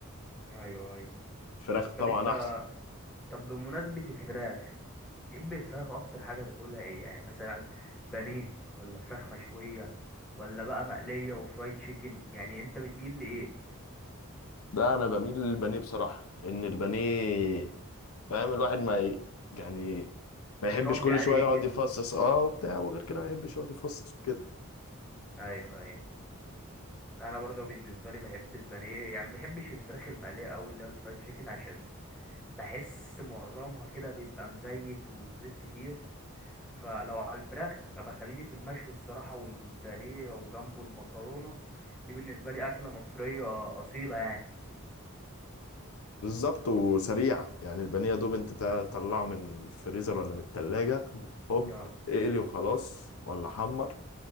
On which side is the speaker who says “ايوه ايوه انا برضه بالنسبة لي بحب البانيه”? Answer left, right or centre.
Centre